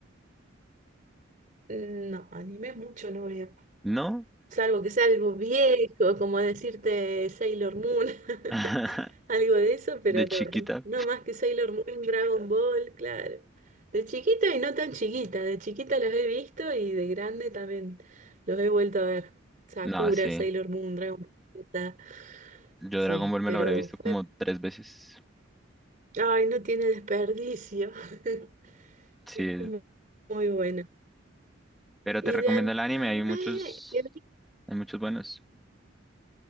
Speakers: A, on the right; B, in the centre.
A: No, anime mucho no veo.
B: ¿No?
A: Salvo que sea algo viejo, como decirte Sailor Moon, <laughs>
B: <laughs>
A: algo de eso, pero
B: De chiquita.
A: no, no más que Sailor Moon, Dragon Ball, claro. De chiquita y no tan chiquita, de chiquita los he visto y de grande también los he vuelto a ver. Sakura,
B: No, sí.
A: Sailor Moon, Dragon Ball Z,
B: Yo
A: sí,
B: Dragon Ball me
A: pero
B: lo habré visto como
A: fue-
B: tres veces.
A: ay, no tiene desperdicio. <laughs>
B: Sí.
A: Es muy, muy bueno.
B: Pero
A: Y
B: te recomiendo
A: de anime,
B: el anime. Hay muchos,
A: que vi-
B: hay muchos buenos.